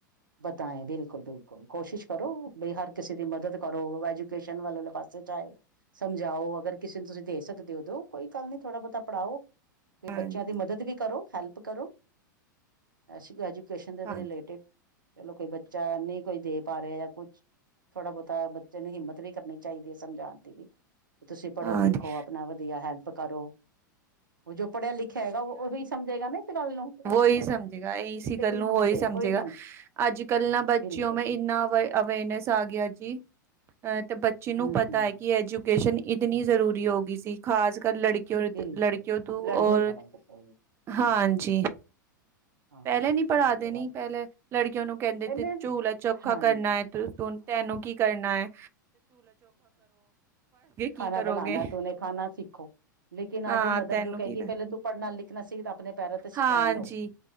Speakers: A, on the right; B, on the right.
A: ਬਤਾਏਂ ਬਿਲਕੁਲ, ਬਿਲਕੁਲ ਕੋਸ਼ਿਸ਼ ਕਰੋ ਬਈ ਹਰ ਕਿਸੇ ਦੀ ਮਦਦ ਕਰੋ, ਐਜੂਕੇਸ਼ਨ ਵਾਲੇ ਪਾਸੇ ਚ ਜਾਏ। ਸਮਝਾਓ, ਅਗਰ ਕਿਸੇ ਨੂੰ ਤੁਸੀ ਦੇ ਸਕਦੇ ਓ, ਦੇਯੋ। ਕੋਈ ਗੱਲ ਨੀ ਥੋੜਾ ਬੋਤਾ ਪੜਾਓ ਤੇ
B: ਹਾਂਜੀ,
A: ਬੱਚਿਆ ਦੀ ਮਦਦ ਵੀ ਕਰੋ, ਹੈਲਪ ਕਰੋ। ਅੱਛੀ ਐਜੂਕੇਸ਼ਨ ਦੇ
B: ਹਾਂਜੀ,
A: ਰਿਲੇਟਿਡ, ਚਲੋ ਕੋਈ ਬੱਚਾ ਨਈ ਕੋਈ ਦੇ ਪਾ ਰਿਹਾ ਯਾ ਕੁਛ ਥੋੜਾ ਬੋਤਾ ਬੱਚੇ ਨੂੰ ਹਿੰਮਤ ਵੀ ਕਰਨੀ ਚਾਹੀਦੀ ਏ ਸਮਝਣ ਦੀ ਵੀ ਤੁਸੀ ਪੜੋ-ਲਿਖੋ,
B: ਹਾਂਜੀ,
A: ਆਪਣਾ ਵਧੀਆ ਹੈਲਪ ਕਰੋ। ਉਹ ਜੋ ਪੜਿਆ-ਲਿਖਿਆ ਹੋਏਗਾ, ਉਹ ਵੀ ਸਮਝੇਗਾ ਨਾ ਇਸ ਗੱਲ ਨੂੰ। ਨਹੀਂ
B: ਉਹੀ ਸਮਝੇਗਾ ਇਸੀ
A: ਤੇ
B: ਗੱਲ
A: ਕੋਈ
B: ਨੂੰ,
A: ਸਮਝੇ
B: ਉਹੀ ਸਮਝੇਗਾ।
A: ਕੋਈ
B: ਅੱਜ-ਕੱਲ ਨਾ ਬੱਚਿਓ
A: ਬਿਲਕੁਲ
B: ਮੇਂ ਇੰਨਾ ਵ ਅਵੇਰਨੈਸ ਆ ਗਿਆ ਜੀ, ਅਤੇ ਬੱਚੀ
A: ਹੂੰ
B: ਨੂੰ ਪਤਾ
A: ਹੂੰ
B: ਐ ਕਿ ਐਜੂ ਐਜੂਕੇਸ਼ਨ ਇਤਨੀ ਜ਼ਰੂਰੀ ਹੋਗੀ ਸੀ, ਖਾਸ ਕਰ ਲੜਕੀ
A: ਬਿਲਕੁਲ
B: ਲੜਕਿਓ ਤੂ
A: ਲੜਕੀਆਂ
B: ਔਰ,
A: ਵਾਸਤੇ ਹੂੰ
B: ਹਾਂਜੀ।
A: ਹੂੰ ਹਾਂ
B: ਪਹਿਲੇ
A: ਲੜਕੀਆਂ
B: ਨੀ ਪੜਾ ਦੇਨੀ
A: ਵਾਸਤੇ
B: ਪਹਿਲੇ ਲੜਕੀਆ ਨੂੰ ਕਹਿੰਦੇ,
A: ਪਹਿਲੇ
B: ਤੇ ਚੂਲਾ ਚੋਖਾ
A: ਹਾਂਜੀ
B: ਕਰਨਾ ਏ ਤੂੰ, ਤੂੰ ਤੈਨੂੰ ਕੀ ਕਰਨਾ ਏ।
A: ਖਾਣਾ
B: ਕੀ ਕਰੋਗੇ
A: ਬਣਾਉਣਾ ਤੂੰਨੇ, ਖਾਣਾ ਸਿੱਖੋ। ਲੇਕਿਨ
B: ਹਾਂ
A: ਅੱਜ ਦੀ ਮਦਰ
B: ਤੈਨੂੰ
A: ਜੋ ਕਹੇਗੀ
B: ਕੀ ਕਰ
A: ਪਹਿਲੇ ਤੂੰ ਪੜ੍ਹਨਾ ਲਿਖਣਾ ਸੀ ਆਪਣੇ ਪੈਰਾਂ ਤੇ ਸਟੈਂਡ
B: ਹਾਂਜੀ
A: ਆ